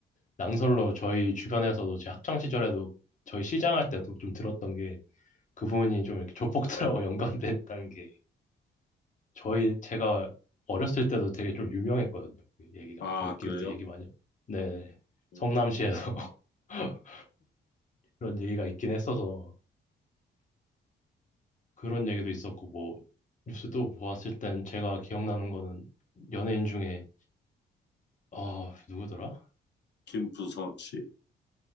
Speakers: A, on the left (about 40°); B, on the left (about 60°).
A: 낭설로 저희 주변에서도 제 학창 시절에도 저희 시장 할 때도 좀 들었던 게 그분이 좀 이렇게 조폭들하고 <laughs> 연관됐다는 게 저희 제가 어렸을 때도 되게 좀 유명했거든요. 그 얘기가
B: 아
A: 저희끼리도
B: 그래요.
A: 얘기 많이. 네네.
B: 어,
A: 성남시에서 <laughs> 그런 얘기가 있긴 했어서 그런 얘기도 있었고 뭐 뉴스도 보았을 땐 제가 기억나는 거는 연예인 중에 아 누구더라?
B: 김부섭 씨.